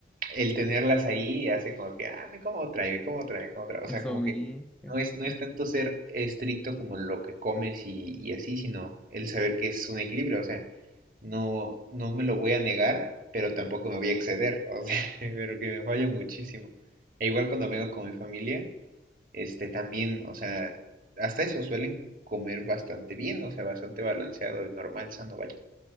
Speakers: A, on the right; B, in the centre.
A: el tenerlas ahí hace como que, ah, me como otra, y me como otra, me como otra. O
B: Eso
A: sea, como
B: vi,
A: que
B: eso
A: no es,
B: vi.
A: no es tanto ser estricto como lo que comes y, y así, sino el saber que es un equilibrio. O sea, no, no me lo voy a negar, pero tampoco me voy a exceder. O sea, <laughs> pero que me falla muchísimo. E igual cuando vengo con mi familia, este también, o sea, hasta eso suelen comer bastante bien, o sea, bastante balanceado y normal, sano, vaya